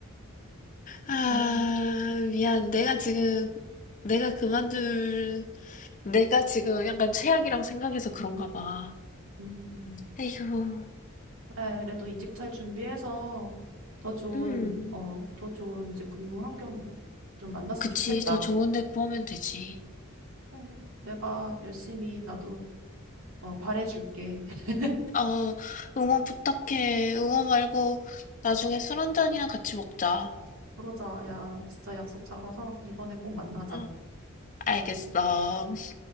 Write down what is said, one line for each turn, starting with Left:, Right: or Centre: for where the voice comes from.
Left: 아,
Right: 아,
Left: 미안. 내가 지금, 내가 그만둘, 내가 지금 약간 최악이라고 생각해서 그런가 봐.
Right: 음, 음.
Left: 에휴,
Right: 그래, 그래도 이직 잘 준비해서 더 좋은,
Left: 음.
Right: 어, 더 좋은 이제 근무 환경 좀 만났으면
Left: 그치.
Right: 좋겠다.
Left: 더 좋은 데 구하면 되지.
Right: 그래, 내가 열심히 나도 어, 바래줄게. <laughs>
Left: 어, 응원 부탁해. 응원 말고 나중에 술 한 잔이나 같이 먹자.
Right: 그러자, 야, 진짜 약속 잡아서 이번에 꼭 만나자.
Left: 응, 알겠어.